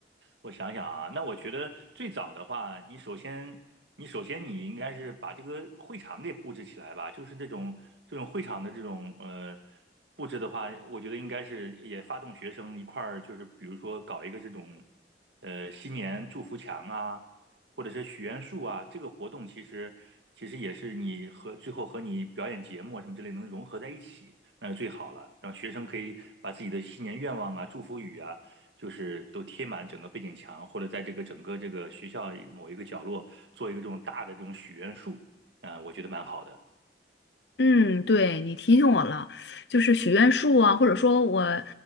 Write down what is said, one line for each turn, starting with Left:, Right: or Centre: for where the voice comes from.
Right: 我想想啊，那我觉得最早的话，你首先，你首先你应该是把这个会场给布置起来吧，就是这种这种会场的这种呃布置的话，我觉得应该是也发动学生一块儿，就是比如说搞一个这种呃新年祝福墙啊，或者是许愿树啊，这个活动其实其实也是你和最后和你表演节目啊什么之类能融合在一起，那是最好了，让学生可以把自己的新年愿望啊、祝福语啊。就是都贴满整个背景墙，或者在这个整个这个学校某一个角落做一个这种大的这种许愿树，啊、我觉得蛮好的。
Left: 嗯，对，你提醒我了，就是许愿树啊，或者说我，